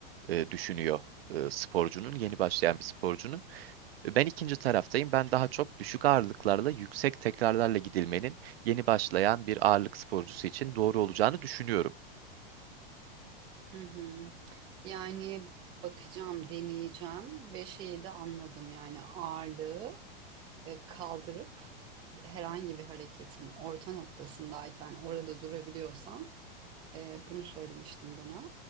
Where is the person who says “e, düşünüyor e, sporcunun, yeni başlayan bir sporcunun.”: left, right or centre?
Right